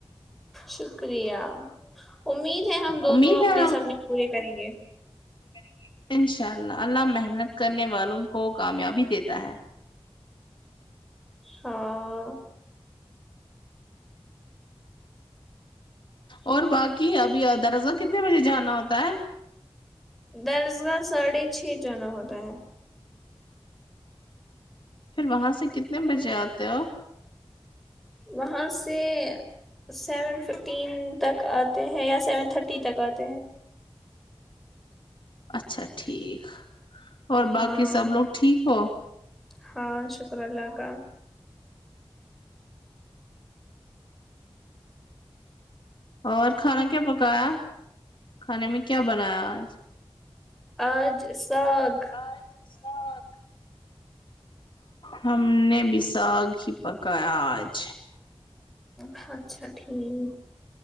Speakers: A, in the centre; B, on the left (about 55°).
A: شکریہ امید ہے ہم دونوں
B: امید
A: اپنے
B: ہے
A: سپنے پورے کریں گے
B: کریں گے انشاء اللہ اللہ محنت کرنے والوں کو کامیابی دیتا ہے
A: ہاں
B: اور باقی ابھی دراصل کتنے بجے جانا ہوتا ہے
A: درسگاہ ساڑھے چھ جانا ہوتا ہے
B: پھر وہاں سے کتنے بجے آتے ہو
A: وہاں سے سیون ففٹین تک آت تے ہیں یا سیون تھرٹی تک آتے ہیں
B: اچھا ٹھیک اور
A: ہاں
B: باقی سب لوگ ٹھیک ہو
A: ہاں شکر اللہ کا
B: اور کھانا کیا پکایا کھانے میں کیا بنایا آج
A: آج ساد
B: آج سااک ہم نے بھی سااک ہی پکایا آج
A: ا اچھا ٹھیک